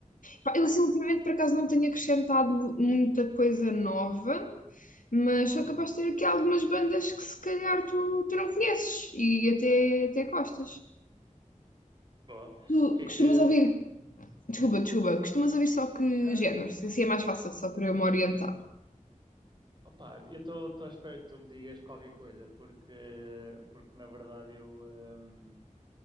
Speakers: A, on the left; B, on the right.
A: pá, eu assim ultimamente por acaso não tenho acrescentado mu- muita coisa nova, mas sou
B: uhum.
A: capaz de ter aqui algumas bandas que se calhar tu, tu não conheces e até, até gostas.
B: Boa.
A: Tu
B: O que é
A: costumas
B: que.
A: ouvir Desculpa, desculpa. Costumas ouvir só que
B: Não, não,
A: géneros?
B: não.
A: Assim é mais fácil, só para eu me orientar.
B: Opa, eu estou à espera que tu me digas qualquer coisa, porque, porque na verdade eu, hum,